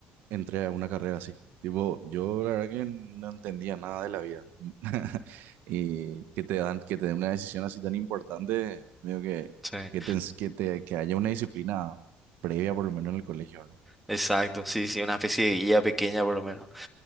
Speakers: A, on the right; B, in the centre.
A: entré a una carrera así. Tipo, yo la verdad que no entendía nada de la vida. <laughs> Y que te dan, que te den una decisión así tan importante, medio que,
B: Sí,
A: que, te ens- que, te- que haya una disciplina previa por lo menos en el colegio, ¿verdad?
B: exacto, sí, sí, una especie de guía pequeña por lo menos.